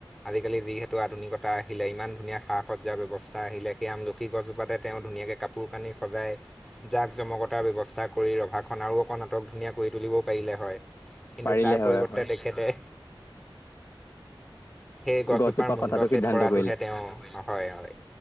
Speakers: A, in the centre; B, on the left.
A: আজিকালি যিহেতু আধুনিকতা আহিলে। ইমান ধুনীয়া সা-সজ্জাৰ ব্যস্থা আহিলে। সেই আমলখি গছজোপাতে তেওঁ ধুনীয়াকে কাপোৰ কানি সজায় জাক জমকতাৰ ব্যৱস্থা কৰি ৰভা খন আৰু অক নাটক ধুনীয়া কৰি তুলিবও পাৰিলে হয়। কিন্তু
B: পাৰিলে
A: তাৰ
B: হয়
A: পৰিৱৰ্তে
B: হয়
A: তেখেতে সেই গছজোপাৰ
B: গছজোপা
A: মুণ্ড
B: কটাটো
A: চছেদ
B: সিদ্ধান্ত
A: কৰাটোহে
B: কৰিলে
A: তেওঁ, হয়। হয়।